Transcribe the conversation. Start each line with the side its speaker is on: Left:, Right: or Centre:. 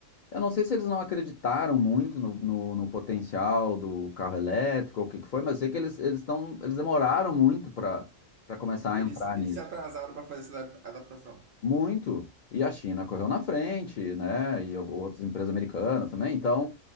Left: eu não sei se eles não acreditaram muito no, no, no potencial do carro elétrico ou o que que foi, mas eu sei que eles eles estão, eles demoraram muito para para começar a
Right: Eles,
Left: entrar
Right: eles
Left: nisso.
Right: se atrasaram para fazer essa adap- adaptação.
Left: Muito. E a China correu na frente, né? E al- outras empresas americanas também. Então,